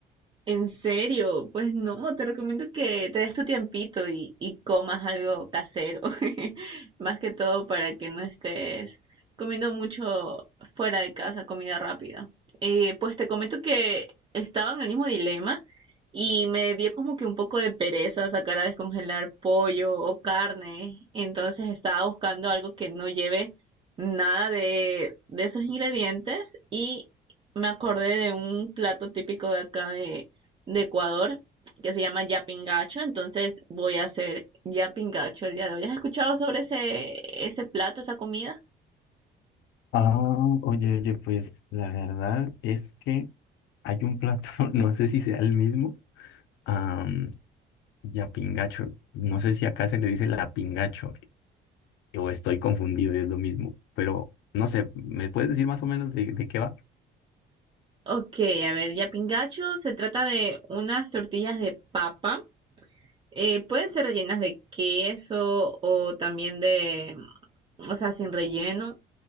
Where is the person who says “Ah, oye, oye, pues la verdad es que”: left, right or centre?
Left